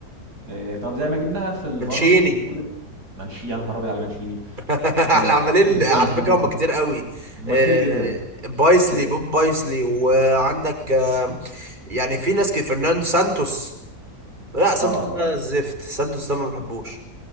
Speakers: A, on the right; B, on the right.
A: آه طب زي ما جبناها في
B: منشيني
A: بره ممكن نتكلم منشي يا نهار ابيض على منشيني
B: <laughs>
A: آه
B: احنا عمالين
A: <laughs>
B: على
A: يا نهار
B: فكره
A: ازرق
B: هم كتير قوي
A: هم
B: آه
A: كتير جدا
B: بايسلي
A: آه
B: بوب بايسلي وعندك آه يعني في ناس كتير فرناندو سانتوس لا سانتوس
A: طبعا طبعا
B: ده زفت سانتوس ده ما بحبوش